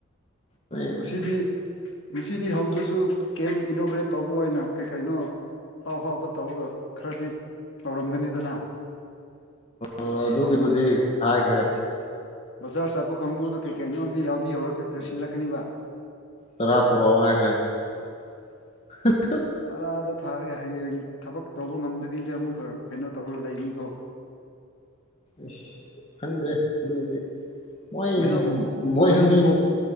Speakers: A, on the left (about 30°); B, on the left (about 60°).
A: ꯑꯈꯣꯏ
B: <unintelligible> ꯉꯁꯤꯗꯤ ꯍꯧꯗ꯭ꯔꯁꯨ ꯀꯦꯝ ꯏꯅꯣꯒ꯭ꯔꯦꯠ ꯇꯧꯕ ꯑꯣꯏꯅ ꯀꯩ ꯀꯩꯅꯣ ꯍꯥꯎ ꯍꯥꯎꯕ ꯇꯧꯔꯒ ꯈꯔꯗꯤ ꯇꯧꯔꯝꯒꯅꯤꯗꯅ
A: ꯑꯣ ꯑꯗꯨꯒꯤꯕꯨꯗꯤ ꯍꯥꯏꯈ꯭ꯔꯦ
B: ꯕꯖꯥꯔ ꯆꯠꯄ ꯀꯥꯡꯕꯨꯗꯣ ꯀꯩꯀꯩꯅꯣꯗꯤ ꯌꯥꯎꯗꯤ ꯌꯧꯔꯛ ꯌꯧꯁꯤꯜꯂꯛꯀꯅꯤꯕ
A: ꯇꯔꯥ ꯄꯨꯔꯛꯑꯣ ꯍꯥꯏꯈ꯭ꯔꯦ <unintelligible>
B: ꯇꯔꯥꯗꯣ ꯊꯥꯔꯒ ꯍꯌꯦꯡ ꯊꯕꯛ ꯇꯧꯕ ꯉꯝꯗꯕꯤꯗ ꯑꯃꯨꯛꯀ ꯀꯩꯅꯣ ꯇꯧꯔꯒ ꯂꯩꯅꯤꯀꯣ
A: ꯑꯁ ꯈꯪꯗꯦ ꯑꯗꯨꯗꯤ ꯃꯣꯏꯁꯨ
B: ꯃꯅꯤꯟ
A: ꯃꯣꯏꯁꯨ
B: ꯃꯅꯤꯟ
A: ꯃꯤ
B: ꯀꯣꯛ